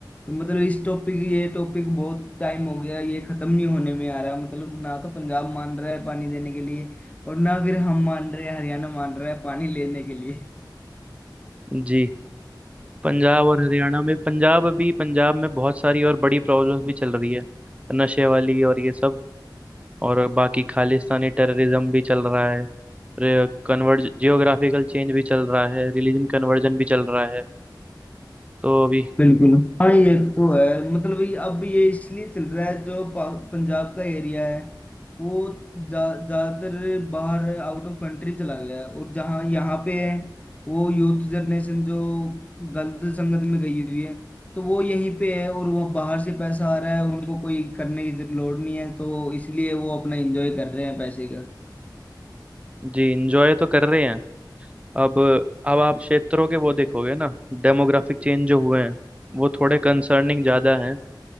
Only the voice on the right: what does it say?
जी पंजाब और हरियाणा में पंजाब अभी पंजाब में बहुत सारी और बड़ी प्रॉब्लम्स भी चल रही है नशे वाली और ये सब और बाकी खालिस्तानी टेररिज्म भी चल रहा है कन्वर्ज जियोग्राफिकल चेंज भी चल रहा है रिलीजन कन्वर्जन भी चल रहा है तो अभी
जी इंजॉय तो कर रहे हैं अब अब आप क्षेत्रों के वो देखोगे ना डेमोग्राफिक चेंज जो हुए हैं वो थोड़े कंसर्निंग ज़्यादा हैं